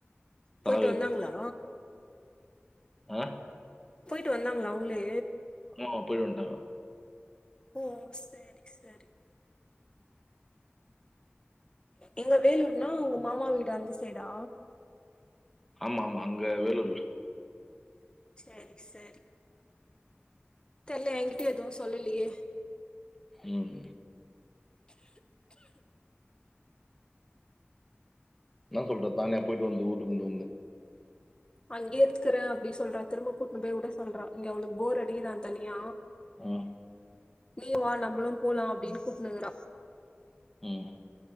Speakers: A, in the centre; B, on the left (about 20°).
A: சாவி
B: போயிட்டு வந்தாங்ளா
A: ஆ
B: போயிட்டு வந்தாங்ளா அவங்ளே
A: <unintelligible> போய்ட்டுவந்டாங்க
B: ஓ செரி செரி எங்க வேலூர்னா உங்க மாமா வீடு அந்த சைடா
A: ஆமா ஆமா அங்க வேலூர்
B: சேரி சேரி தெர்ல என்கிட்ட எதுவும் சொல்லலையே
A: ம் ன்னா சொல்ற தானியா போய்ட்டு வந்து ஊர்லருந்து
B: அங்கே இருந்துக்கிறேன் அப்டி சொல்றா திரும்ப கூட்னு போய் விட சொல்றா இங்க அவளுக்கு போர் அடிக்குதான் தனியா
A: ம்
B: நீயு வா நம்மளும் போலாம் அப்டின்னு கூப்டுனுக்றா
A: ம்